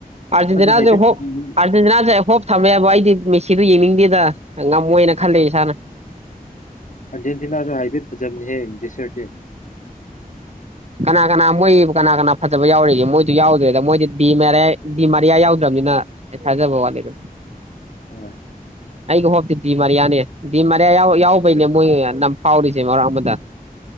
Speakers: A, on the right (about 45°); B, on the left (about 55°).
A: ꯑꯔꯖꯦꯟꯇꯤꯅꯥꯁꯦ
B: ꯍꯥꯏꯐꯦꯠ
A: ꯍꯣꯄꯨ
B: ꯐꯖꯕꯅꯤ
A: ꯑꯔꯖꯦꯟꯇꯤꯅꯥꯁꯦ ꯍꯣꯞ ꯊꯝꯃꯦꯕ ꯑꯩꯗꯤ ꯃꯦꯁꯤꯗꯣ ꯌꯦꯡꯅꯤꯡꯗꯦꯗ ꯉꯝꯃꯣꯏꯅ ꯈꯜꯂꯦ ꯏꯁꯥꯅ
B: ꯑꯥꯔꯖꯦꯟꯇꯤꯅꯥꯁꯨ ꯍꯥꯏꯐꯦꯠ ꯐꯖꯕꯅꯤꯍꯦ ꯗꯤꯁꯔ ꯗꯦ
A: ꯀꯅꯥ ꯀꯅꯥ ꯃꯣꯏ ꯀꯅꯥ ꯀꯅꯥ ꯐꯖꯕ ꯌꯥꯎꯔꯤꯒꯦ ꯃꯣꯏꯗꯨ ꯌꯥꯎꯗ꯭ꯔꯦꯗ ꯃꯣꯏꯗꯤ ꯗꯤ ꯃꯔꯦ ꯗꯤ ꯃꯔꯤꯌꯥ ꯌꯥꯎꯗ꯭ꯔꯕꯅꯤꯅ ꯑꯩ ꯊꯥꯖꯕ ꯋꯥꯠꯂꯦꯗ
B: ꯍꯣꯏ
A: ꯑꯩꯒꯤ ꯍꯣꯛꯇꯤ ꯗꯤꯃꯔꯤꯌꯥꯅꯦ ꯗꯤꯃꯔꯤꯌꯥ ꯌꯥꯎꯕꯩꯅꯦ ꯃꯣꯏ ꯅꯝ ꯐꯥꯎꯔꯤꯁꯦ ꯃꯔꯛ ꯑꯃꯗ